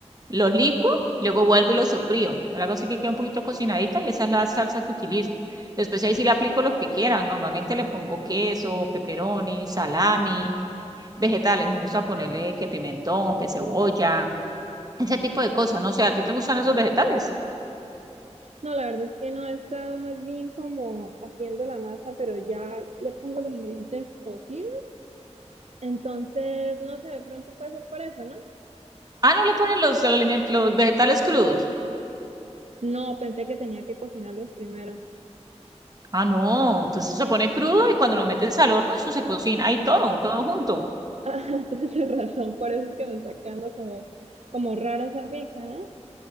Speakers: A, on the right; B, on the right.
A: los licuo, luego vuelvo y los sofrío. Pero hago así que queda un poquito cocinadita y esa es la salsa que utilizo. Después ahí sí le aplico lo que quieran. Normalmente le pongo queso, pepperoni, salami, vegetales. Me gusta ponerle que pimentón, que cebolla ese tipo de cosas, no sé, ¿a ti te gustan esos vegetales?
B: No, la verdad es que no he estado más bien como haciendo la masa, pero ya le pongo los ingredientes cocidos. Entonces, no sé, de pronto puede ser por eso, ¿no?
A: Ah, no le ponen los, aliment- los vegetales crudos.
B: No, pensé que tenía que cocinarlos primero. <laughs>
A: Ah, no, pues eso se pone crudo y cuando lo metes al horno, eso se cocina ahí todo, todo junto.
B: Ah, Entonces, tienes razón, por eso es que me está quedando como, como rara esa pizza, ¿no?